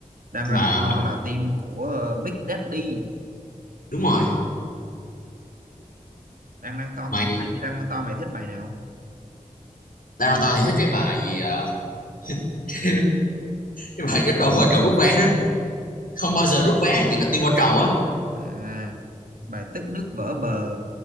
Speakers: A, on the right; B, on the left.
A: đang
B: Mà
A: đang to
B: mày,
A: là team của ờ, Big Daddy
B: đúng rồi.
A: đang đang to
B: Mày
A: cũng hay đang đang to mày thích bài nào
B: Danganronpa thì thích cái bài gì ờ, <laughs> cái bài cái trâu qua trầu rút vé đó. Không
A: À,
B: bao giờ rút vé là chuyện nó tiên qua trầu á.
A: à bài tức nước vỡ bờ